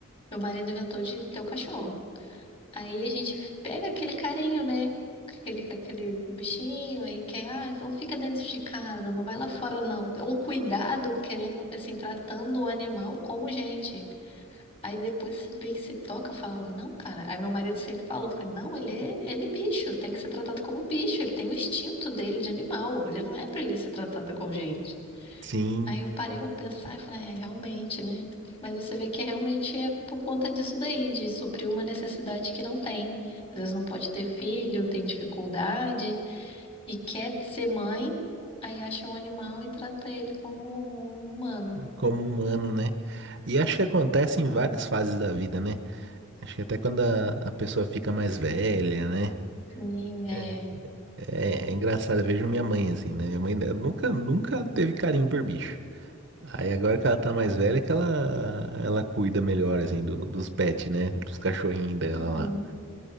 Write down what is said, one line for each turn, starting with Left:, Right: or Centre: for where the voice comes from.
Left: meu marido inventou de ter o cachorro. Aí a gente pega aquele carinho, né? Aquele, aquele bichinho aí que é, ah, não fica dentro de casa, não vai lá fora, não. É um cuidado querendo, assim, tratando o animal como gente. Aí depois você vê que se toca falando, não, cara. Aí meu marido sempre falou, foi, não, ele é, ele é bicho, tem que ser tratado como bicho, ele tem o instinto dele de animal, ele não é pra ele ser tratado igual gente.
Right: Sim,
Left: Aí eu parei pra pensar e falei, é, realmente, né? Mas você vê que realmente é por conta disso daí, de suprir uma necessidade que não tem. Às vezes não pode ter filho, tem dificuldade e quer ser mãe, aí acha um animal e trata ele como um humano.
Right: como humano, né? E acho que acontece em várias fases da vida, né? Acho que até quando a, a pessoa fica mais velha, né?
Left: Sim, é.
Right: É, é- é engraçado, eu vejo minha mãe assim, né? Minha mãe né, nunca, nunca teve carinho por bicho. Aí agora que ela tá mais velha, é que ela, ela cuida melhor, assim, do- dos pets, né? Dos cachorrinhos dela
Left: Uhum.